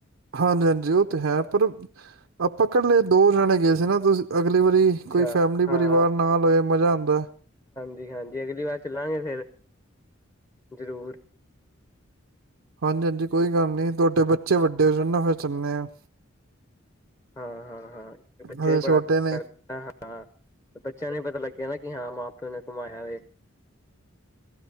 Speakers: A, on the right; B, on the left.
A: ਹਾਂਜੀ ਹਾਂਜੀ ਉਹ ਤੇ ਹੈ, ਪਰ ਆਪਾਂ ਇਕੱਲੇ ਦੋ ਜਾਣੇ ਗਏ ਸੀ ਨਾ ਤੁਸੀਂ। ਅਗਲੀ ਵਾਰੀ,
B: ਅੱਛਾ
A: ਕੋਈ ਫੈਮਲੀ
B: ਹਾਂ
A: ਪਰਿਵਾਰ ਨਾ ਲਏ ਮਜ਼ਾ ਆਉਂਦਾ।
B: ਹਾਂਜੀ, ਹਾਜੀ ਅਗਲੀ ਵਾਰ ਚਲਾਂਗੇ, ਫੇਰ ਜਰੂਰ।
A: ਹਾਂਜੀ, ਹਾਂਜੀ ਕੋਈ ਗੱਲ ਨੀ ਤੁਹਾਡੇ ਬੱਚੇ ਵੱਡੇ ਹੋ ਜਾਣ ਨਾ ਫਿਰ ਚੱਲਦੇ ਆ।
B: ਹਾਂ, ਹਾਂ, ਹਾਂ ਬੱਚੇ
A: ਹਜੇ
B: ਵੀ
A: ਛੋਟੇ
B: ਬੜਾ ਕਰਦਾ
A: ਨੇ
B: ਹਾਂ। ਹਾਂ, ਬੱਚਿਆਂ ਨੂੰ ਪਤਾ ਲੱਗਿਆ ਨਾ ਕਿ, ਹਾਂ ਮਾਂ ਪਿਓ ਨੇ ਕਮਾਇਆ ਹੈ।